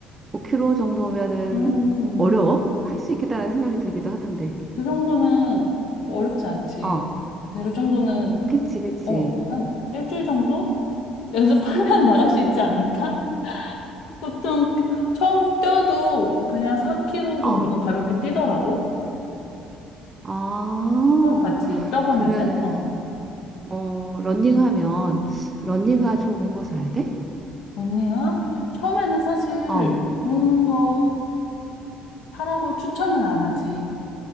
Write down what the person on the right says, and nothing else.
5km 정도면은
어려워? 할 수 있겠다라는 생각이 들기도 하던데.
어,
그치, 그치.
어,
아,
그러면은
어, 러닝하면 러닝화 좋은 거 사야 돼?
어,